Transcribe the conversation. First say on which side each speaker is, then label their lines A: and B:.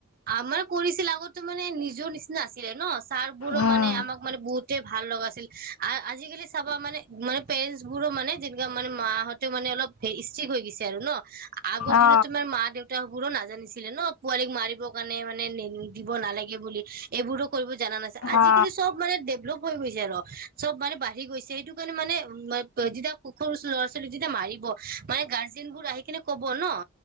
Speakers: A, on the right; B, on the left.
A: আ মানে কৰিছিলে আগতো মানে নিজৰ নিচিনা আছিলে ন চাৰবোৰো
B: উম
A: মানে আমাক মানে বহুত ভাল লগাছিল আৰু আজিকালি চাবা মানে মানে পেৰেন্ট বোৰো মানে যেনেকা মানে মা হতেও মানে অলপ ষ্ট্ৰিক হৈ গৈছে আৰু ন আগৰ
B: অ
A: দিনত তোমাৰ মা দেউতা বোৰো নাজানিছিলে ন পোৱালি মাৰিবৰ কাৰণে মানে দিব নালাগে বুলি এইবোৰো কৰিব জানা নাছিল আজিকালি
B: অ
A: চব মানে দেৱেলভ। অলপ হৈ গৈছে আৰু চব মানে বাঢ়ি গৈছে সেইটো কাৰণে মানে যেতিয়া সুখৰু ল'ৰা-ছোৱালী যেতিয়া মাৰি। মাৰিব মানে গাৰ্জেন্তবোৰ আহি কিনে ক'ব নহ